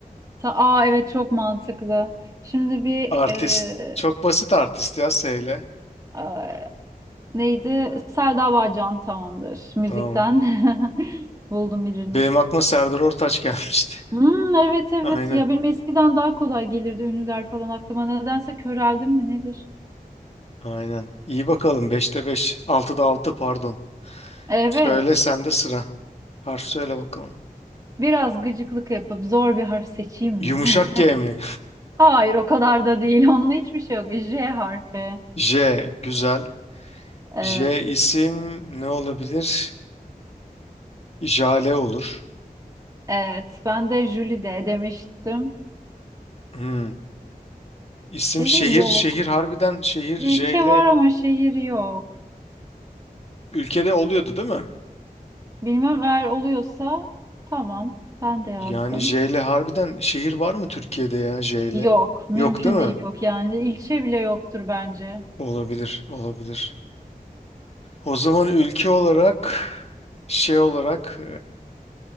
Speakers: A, on the right; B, on the left.
A: ta, aa evet çok mantıklı. Şimdi bir
B: Artist.
A: e,
B: Çok basit artist ya S ile.
A: a- neydi? Selda Bağcan tamamdır müzikten.
B: Tamam.
A: <laughs> Buldum birini.
B: Benim aklıma Serdar Ortaç gelmişti.
A: Hmm, evet
B: <laughs>
A: evet
B: Aynen.
A: ya benim eskiden daha kolay gelirdi ünlüler falan aklıma nedense köreldim mi nedir?
B: Aynen. İyi bakalım. Beşte 5. Altıda 6. pardon.
A: Evet
B: Söyle sende sıra. Harf söyle bakalım.
A: biraz gıcıklık yapıp zor bir harf seçeyim mi?
B: Yumuşak
A: <laughs>
B: G mi?
A: Hayır o kadar da değil onunla hiçbir şey yok. J harfi.
B: <laughs> J. Güzel.
A: Evet
B: J isim ne olabilir? Jale olur.
A: evet ben de Jülide demiştim.
B: Hmm. İsim
A: Şehir
B: şehir.
A: yok.
B: Şehir harbiden şehir
A: Ülke
B: J ile
A: var ama şehir yok.
B: ülkede oluyordu değil mi?
A: Bilmem eğer oluyorsa tamam. Ben de yazdım.
B: Yani J ile harbiden şehir var mı Türkiye'de ya J ile?
A: Yok. Mümkün
B: Yok değil mi?
A: değil yok. Yani ilçe bile yoktur bence.
B: Olabilir. Olabilir. O zaman ülke olarak şey olarak